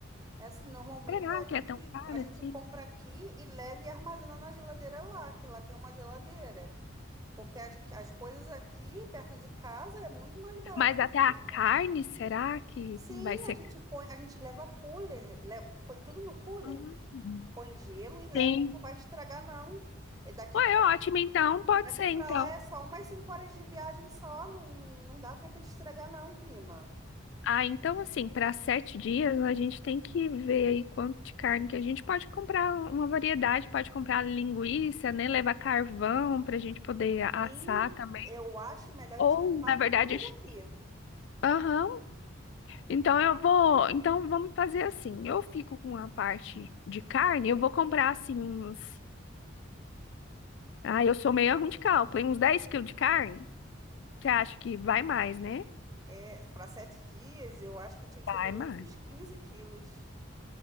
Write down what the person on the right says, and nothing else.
É assim, normalmente
a gente,
a gente
compra aqui e leva e armazena na geladeira lá, que lá tem uma geladeira. Porque as, as coisas aqui, perto de casa, é muito mais barato
do
que.
Sim,
a gente põe, a gente leva cooler, le- põe tudo no cooler,
põe gelo e leva,
que não vai estragar, não. E daqui,
daqui
pra
lá é só umas cinco horas de viagem só, não, não, não dá tempo de estragar, não, prima.
E
eu acho melhor
a gente levar
tudo
daqui.
É, para sete dias, eu acho que tinha que
ser pelo
menos uns 15 quilos.